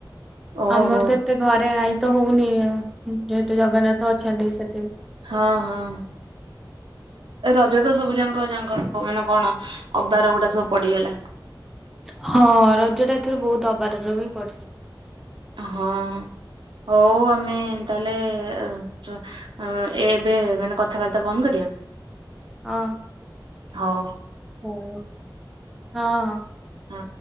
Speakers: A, on the right; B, in the centre.
A: ଓହୋ।
B: ଆମର ତ ଏତେ ଘରେ ଆଇଁଷ ହଉନି ଆ ଯେହେତୁ ଜଗନ୍ନାଥ ଅ ଛାଡ଼ିଚି ସେ
A: ହଁ ହଁ। ଏ ରଜ ତ ସବୁ ଯାକ ଯାଙ୍କର ହଉ ମାନେ କଣ ଅବାର ଗୁଡା ସବୁ ପଡିଗଲା।
B: ହଁ ରଜ ଟା ଏଥର ବହୁତ ଅବାରର ହିଁ ପଡିଚି।
A: ହଁ ହଉ ଆମେ ତାହଲେ ଅ-ଅ ଏବେ ମାନେ କଥାବାର୍ତ୍ତା ବନ୍ଦ କରିବା?
B: ହଁ।
A: ହଁ।
B: ହଁ ହଁ।
A: ହଁ।